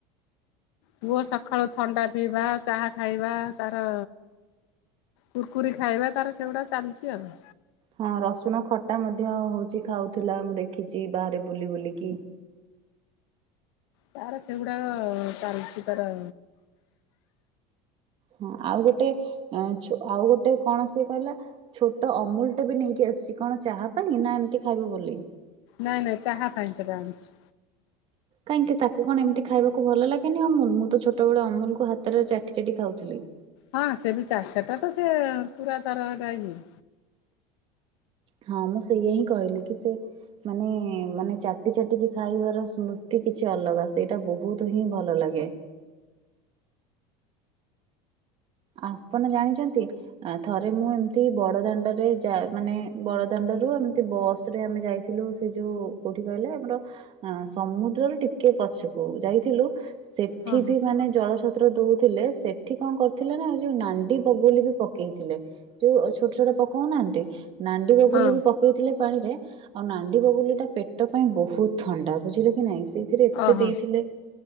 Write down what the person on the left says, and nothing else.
ପୁଅ ସକାଳୁ ଥଣ୍ଡା ପିଇବା ଚାହା ଖାଇବା ତାର କୁରକୁରି ଖାଇବା ତାର ସେଗୁଡା ଚାଲିଛି ଆଉ।
ତାର ସେଗୁଡାକ ଚାଲିଛି ତାର
ନାଇଁ ନାଇଁ ଚାହା ପାଇଁ ସେଟା ଆଣିଛି।
ହଁ ସେ ବି ଚା ସେଟା ତ ସେ ପୁରା ତାର ହେଟା ଇଏ।
ହଁ ହଁ
ହଁ
ଓହୋ